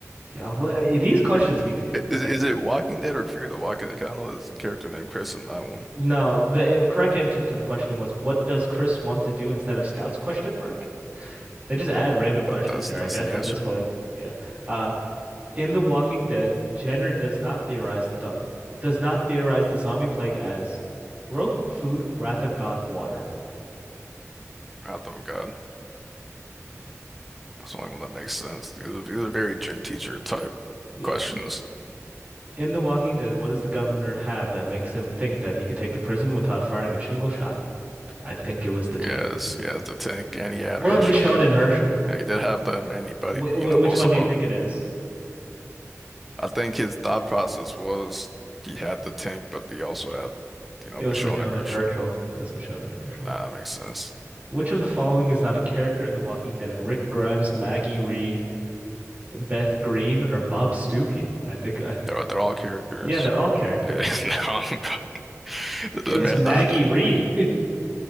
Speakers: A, on the right (about 30°); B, in the centre.
A: Yeah, Well, these questions be
B: I- Is,
A: okay.
B: is it Walking Dead or Fear the Walking Dead? 'Cause I know there's a character named Chris in that one.
A: No, the uh, correct answer to the question was, what does Chris want to do instead of scouts? Question mark. They just add random questions
B: That, that's
A: here,
B: that's
A: I guess,
B: the answer.
A: at this point. Yeah. Uh, in The Walking Dead, Jenner does not theorize the do does not theorize the zombie plague as rope, food, wrath of God, water.
B: Wrath of God.
A: Yeah.
B: That's the only one that makes sense. These are, these are very gym teacher type
A: Yeah.
B: questions.
A: In The Walking Dead, what does the governor have that makes him think that he could take the prison without firing a single shot? I think it was the tank.
B: Yes, yes, the tank, and he had
A: Or
B: Herschel
A: Michonne
B: in.
A: and Herschel.
B: Yeah, he did have them, and he, but
A: Wh
B: he,
A: wh
B: you know, most
A: which one
B: of
A: do
B: all.
A: you think it is?
B: I think his thought process was he had the tank, but he also had, you know,
A: It
B: Michonne
A: was Michonne
B: and Herschel.
A: and Herschel. It was Michonne and Herschel.
B: Ah, that makes sense.
A: Which of the following is not a character in The Walking Dead? Rick Grimes, Maggie Ree, Beth Green, or Bob Stuckey? I think, uh,
B: They're they're all characters.
A: yeah, they're all characters.
B: Yeah, <laughs> no, <laughs> this
A: It
B: is
A: was
B: man.
A: Maggie
B: Not.
A: Ree.